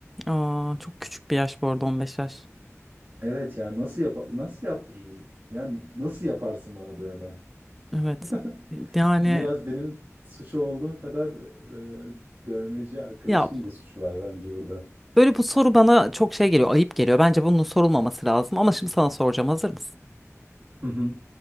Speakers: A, in the centre; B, on the right.
A: Aa, çok küçük bir yaş bu arada 15 yaş.
B: Evet ya nasıl yap nasıl yaptırırım? Yani nasıl yaparsın bana dövme?
A: Evet.
B: <laughs>
A: Yani
B: Biraz benim suçu olduğum kadar e, dövmeci arkadaşın
A: ya
B: da suçu var bence burada.
A: böyle bu soru bana çok şey geliyor, ayıp geliyor. Bence bunun sorulmaması lazım ama şimdi sana soracağım. Hazır mısın?
B: Hı hı.